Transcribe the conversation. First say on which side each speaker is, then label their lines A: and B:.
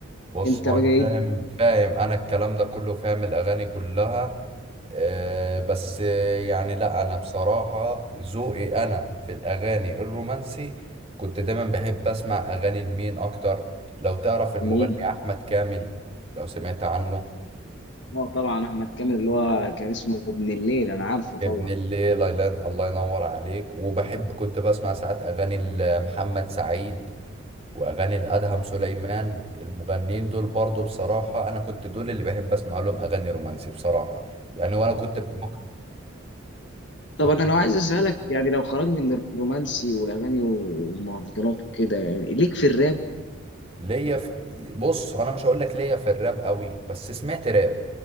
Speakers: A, on the right (about 30°); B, on the left (about 60°).
A: بص
B: انت
A: هو
B: بقى
A: انا
B: ايه
A: فاهم فاهم انا الكلام ده كله فاهم الاغاني كلها آه بس يعني لا انا بصراحة ذوقي انا في الاغاني الرومانسي كنت دايما بحب اسمع اغاني لمين اكتر لو تعرف المغني
B: مين
A: احمد كامل لو سمعت عنه
B: اه طبعا احمد كامل اللي هو كان اسمه ابن الليل انا عارفه طبعا
A: ابن الليل الله ينور عليك وبحب كنت بسمع ساعات اغاني محمد سعيد واغاني الادهم سليمان المغنيين دول برضو بصراحه انا كنت دول اللي بحب اسمع لهم اغاني رومانسي بصراحه يعني وانا كنت ب- كنت
B: طب انا لو عايز اسالك يعني لو خرجنا من الرومانسي والاغاني والمهرجانات وكده يعني ليك في الراب
A: ليا في بص انا مش هقول لك ليا في الراب قوي بس سمعت راب